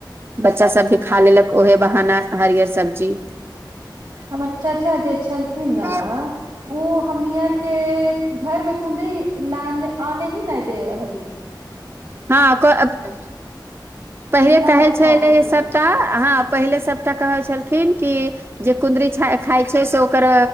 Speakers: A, on the right; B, on the right.
A: बच्चा सब भी खा लेलक ओहे बहाना हरियर सब्जी।
B: हमर चाचा जे छलथिन ने
A: हूँ
B: ओ हमनी आर के घर मे कुदरी लान आने ही नहि दे रहलथिन।
A: हँ त पहिले
B: ना
A: कहै
B: खाय
A: छै जे
B: के चाही
A: सबटा ह पहिले सबटा कहै छलखिन कि जे कुन्दरी खाय छै से ओकर